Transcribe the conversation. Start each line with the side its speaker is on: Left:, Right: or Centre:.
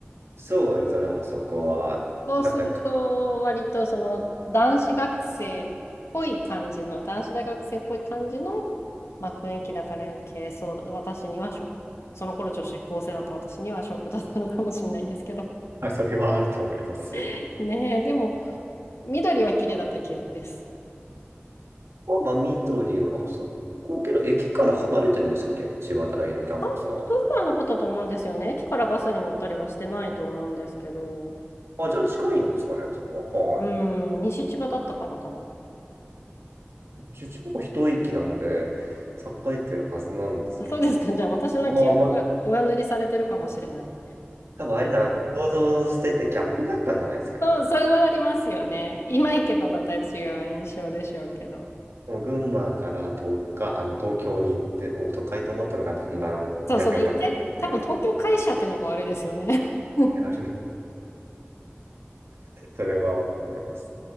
Right: そうですね、あそこは。
Left: そうすると、
Right: なんか、
Left: 割とその男子学生っぽい感じの、男子大学生っぽい感じの、まあ、雰囲気だから余計そうだ、私にはショック、その頃女子高生だった私にはショックだったのかもしれないですけど。
Right: はいそれはあると思いますよ。
Left: <laughs> ねえ、でも、緑は綺麗だった記憶です。
Right: まあ、緑は、あそこけど、駅から離れてるんでしたっけ千葉大のキャンパスは。
Left: あんまり遠くはなかったと思うんですよね。駅からバスに乗ったりはしてないと思うんですけど、
Right: あ、じゃあ近いんですかね、あそこは。はい。
Left: うん、西千葉だったからかな。
Right: 千葉は一駅なんで、栄えてるはずなんですけどね。
Left: あそうですか。じゃあ私の記憶が上塗りされてるかもしれない。
Right: まあ、まあ多分、有田が想像しててギャップがあったんじゃないですか。
Left: そう、それはありますよね。今行けばまた違う印象でしょうけど。
Right: もう群馬から東か、あの東京に行って、お、都会と思ったのがだんだん田舎になってっていう。
Left: そう、その一回、多分東京会社っていうのが悪いですよね。<laughs>
Right: あるんでそれは思います。